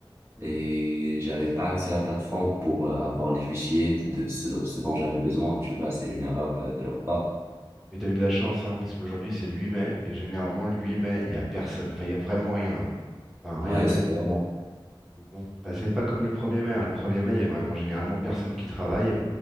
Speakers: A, on the right; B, in the centre.
A: et j'avais pas accès à la plateforme pour euh, avoir les fichiers de ce, ce dont j'avais besoin. Tu vois, c'est une erreur euh, de leur part.
B: Mais t'as eu de la chance, hein, parce qu'aujourd'hui, c'est le 8 mai, et généralement, le 8 mai, il n'y a personne. Enfin, il n'y a vraiment rien. hein. Enfin,
A: Ouais,
B: il y a peut-être.
A: c'est vraiment.
B: donc Bon, ça, c'est pas comme le premier mai. hein. Le premier mai, il y a vraiment généralement personne qui travaille.